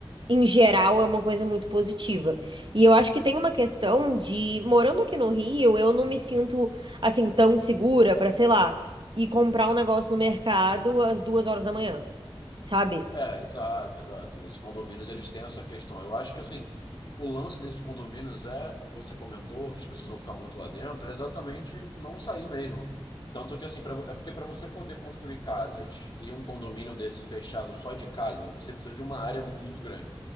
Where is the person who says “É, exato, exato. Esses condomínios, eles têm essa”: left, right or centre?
Left